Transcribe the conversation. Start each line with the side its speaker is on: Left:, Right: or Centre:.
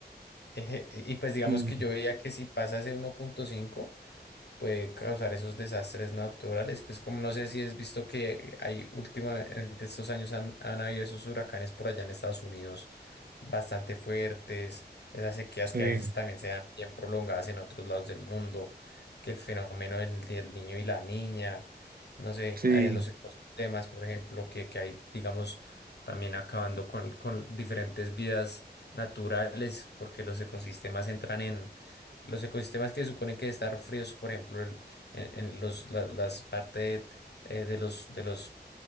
Left: eh, y pues digamos
Right: sí,
Left: que yo veía que si pasa ese 1.5, puede causar esos desastres naturales. Pues como no sé si has visto que hay últimamente estos años han, han habido esos huracanes por allá en Estados Unidos bastante fuertes, esas sequías
Right: sí,
Left: que a veces también se dan bien prolongadas en otros lados del mundo, que el fenómeno del, del niño y la niña, no sé,
Right: sí,
Left: eh, los ecosistemas, por ejemplo, que, que hay, digamos, también acabando con, con diferentes vidas naturales, porque los ecosistemas entran en los ecosistemas que suponen que estar fríos, por ejemplo, el- en, en los, la- las partes de los, de los,